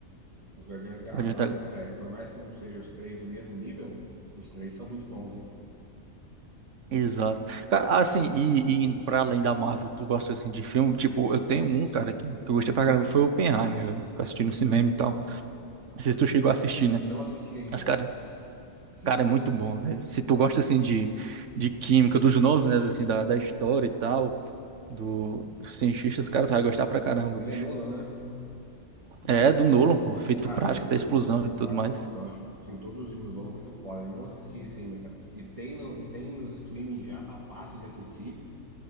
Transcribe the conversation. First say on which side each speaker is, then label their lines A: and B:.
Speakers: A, on the right; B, on the right.
A: os Guardiões da
B: Guardião
A: Galáxia,
B: da-
A: velho, por mais que não sejam os três do mesmo nível, os três são muito bons, né?
B: Exato. Cara, assim, e, e indo pra além da Marvel, tu gosta assim de filme? Tipo, eu tenho um, cara, que, que eu gostei pra caramba, foi o Oppenheimer, velho. Que eu assisti no cinema e tal. Não sei se tu chegou a assistir, né?
A: Não assisti ainda,
B: Mas, cara,
A: velho. Se-
B: Cara,
A: eu-
B: é muito bom, velho. Se tu gosta, assim, de, de química, dos nomes, né, assim, da, da história e tal, do, dos cientistas, cara, tu vai gostar pra caramba,
A: Ele
B: bicho.
A: é Nolan, né?
B: É, do Nolan, pô, feito
A: Cara,
B: prática,
A: eu,
B: até explosão e tudo
A: eu acho,
B: mais.
A: eu acho, tipo assim, todos os filmes do Nolan muito foda. Eu não assisti esse ainda, cara. E tem, no, e tem nos streaming já, tá fácil de assistir.